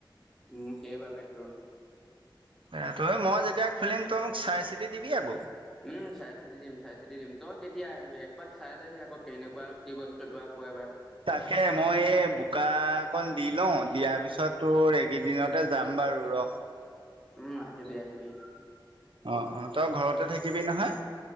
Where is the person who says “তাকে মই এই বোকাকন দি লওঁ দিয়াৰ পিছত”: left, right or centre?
Right